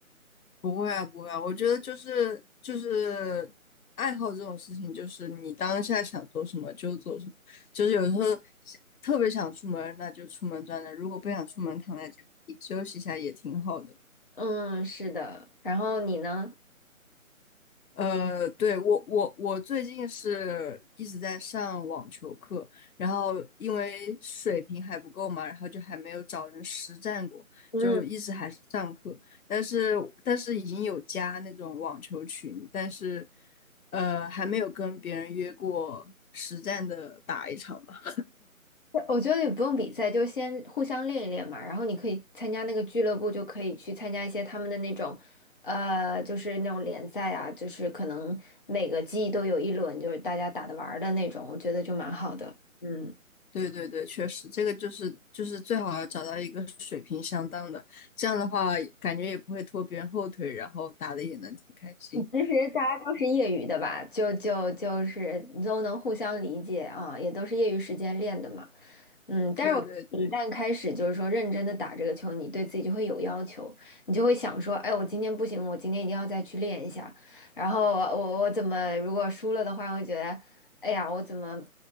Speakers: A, on the left (about 80°); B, on the left (about 40°).
A: 不会啊，不会啊，我觉得就是就是爱好这种事情，就是你当下想做什么就做什么，就是有时候想特别想出门，那就出门转转；如果不想出门，躺在家里休息一下也挺好的。
B: 嗯，是的。然后你呢？
A: 呃，对，我我我最近是一直在上网球课，然后因为水平还不够嘛，然后就还没有找人实战过，
B: 嗯，
A: 就一直还是上课，但是但是已经有加那种网球群，但是呃还没有跟别人约过实战的打一场吧。
B: 我觉得也不用比赛，就先互相练一练嘛。然后你可以参加那个俱乐部，就可以去参加一些他们的那种，呃，就是那种联赛啊，就是可能每个季都有一轮，就是大家打的玩儿的那种，我觉得就蛮好的。嗯。
A: 对对对，确实，这个就是就是最好要找到一个水平相当的，这样的话感觉也不会拖别人后腿，然后打的也能挺开心。
B: 其实大家都是业余的吧，就就就是都能互相理解啊，也都是业余时间练的嘛。嗯，但是我一旦开始就是说认真的打这个球，
A: 对对对
B: 你对自己就会有要求，你就会想说，哎，我今天不行，我今天一定要再去练一下。然后我我我怎么如果输了的话，我会觉得，哎呀，我怎么